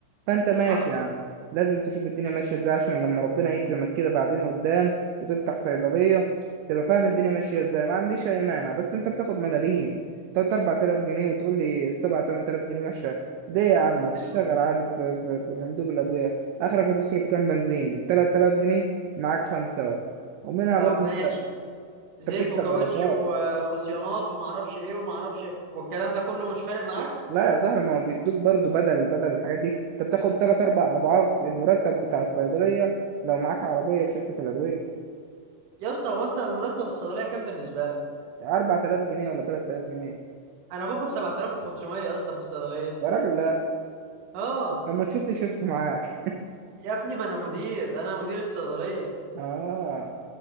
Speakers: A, on the right (about 80°); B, on the right (about 60°).
A: فانت
B: حصل
A: ماشي يعني لازم تشوف الدنيا ماشية ازاي عشان لما ربنا يكرمك كده بعدين قدام وتفتح صيدلية تبقى فاهم الدنيا ماشية ازاي ما عنديش أي مانع بس انت بتاخد ملاليم تلات أربعة تلاف جنيه وتقول لي سبعة تمن تلاف جنيه وحشة ليه يا عم ما تشتغل
B: انت
A: عادي في, في, في مندوب الأدوية آخرك هتصرف كام بنزين 3000 جنيه معاك خمسة أهو ومنها
B: طب
A: برضه
B: ماشي
A: أنت
B: زيت
A: أنت بتكسب
B: وكاوتش
A: علاقات
B: و- وصيانات وما اعرفش ايه وما اعرفش إيه، والكلام ده كله مش فارق معاك
A: لا لا يا صاحبي ما هو بيدوك برضه بدل بدل الحاجات دي أنت بتاخد تلات أربع أضعاف المرتب بتاع الصيدلية لو معاك عربية في شركة الأدوية
B: يا اسطى هو انت مرتب الصيدليه كام بالنسبه لك
A: 4000 جنيه ولا 3000 جنيه
B: انا باخد 7500 يا اسطى في الصيدليه
A: يا راجل لا
B: اه
A: لما تشوف لي شفت معاك
B: يا ابني ما انا مدير انا مدير الصيدليه
A: آه